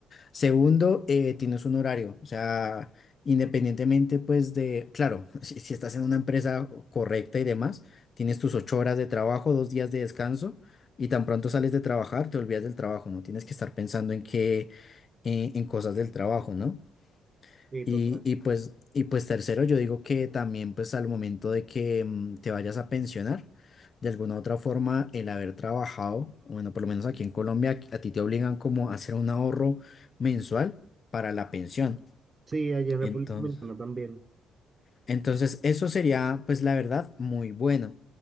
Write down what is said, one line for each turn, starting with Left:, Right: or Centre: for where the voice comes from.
Left: Segundo, eh, tienes un horario, o sea, independientemente pues de, claro, <laughs> si, si estás en una empresa correcta y demás, tienes tus ocho horas de trabajo, dos días de descanso y tan pronto sales de trabajar, te olvidas del trabajo, no tienes que estar pensando en qué, en en cosas del trabajo, ¿no?
Right: Sí,
Left: Y,
Right: total.
Left: y pues, y pues tercero, yo digo que también pues al momento de que mm, te vayas a pensionar, de alguna u otra forma, el haber trabajado, bueno, por lo menos aquí en Colombia, a ti te obligan como a hacer un ahorro mensual para la pensión.
Right: Sí, allí en República
Left: entonces
Right: Dominicana también.
Left: entonces, eso sería, pues la verdad, muy bueno.